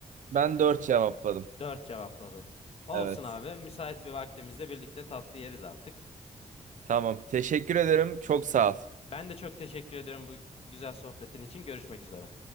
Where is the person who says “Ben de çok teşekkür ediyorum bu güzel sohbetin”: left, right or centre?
Left